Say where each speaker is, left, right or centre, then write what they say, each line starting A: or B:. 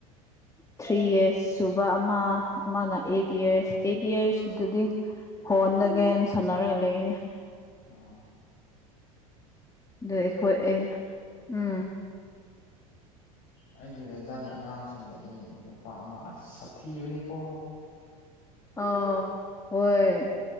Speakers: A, on the left; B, on the left.
A: ꯊ꯭ꯔꯤ ꯌꯁꯁꯨꯨ ꯑꯃ ꯑꯃꯅ ꯑꯩꯠ ꯏꯌꯥꯔꯁ ꯑꯦꯠ ꯏꯌꯥꯔꯁ ꯑꯗꯨꯗꯤ ꯐꯣꯟꯗ ꯒꯦꯝ ꯁꯥꯟꯅꯔꯒ ꯂꯩꯅꯦ
B: ꯑꯥ
A: ꯑꯗꯨ ꯑꯩꯈꯣꯏ ꯑ ꯎꯝ
B: ꯎꯝ ꯑꯩꯒꯤ ꯗꯗꯥꯒꯤ ꯑꯉꯥꯡ ꯁꯣꯗ ꯑꯩ ꯅꯨꯄꯥ ꯑꯃ ꯑꯁ ꯁꯥꯊꯤꯕꯅꯤꯀꯣ
A: ꯑꯥ ꯍꯣꯏ